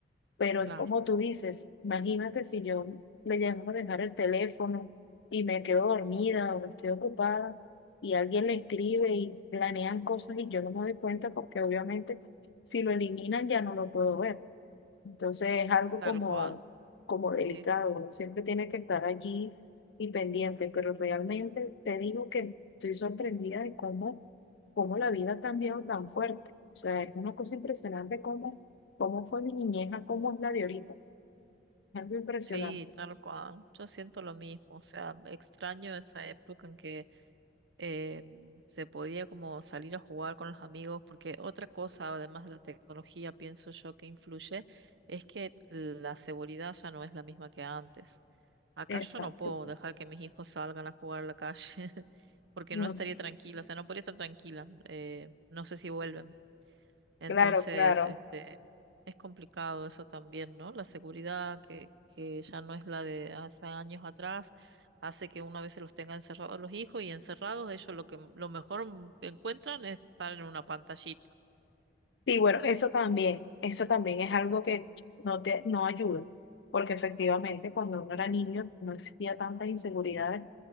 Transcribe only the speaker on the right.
claro,
tal
cual.
Sí, sí, sí.
Sí, tal cual. Yo siento lo mismo, o sea, extraño esa época en que eh, se podía como salir a jugar con los amigos, porque otra cosa, además de la tecnología, pienso yo que influye, es que la seguridad ya no es la misma que antes. Acá
yo no puedo dejar que mis hijos salgan a jugar a la calle <laughs> porque
no estaría tranquila, o sea, no podría estar tranquila. eh, no sé si vuelven. Entonces,
este, es complicado eso también, ¿no? La seguridad que, que ya no es la de hace años atrás, hace que una vez se los tenga encerrados a los hijos y encerrados, ellos lo que lo mejor m- encuentran es estar en una pantallita.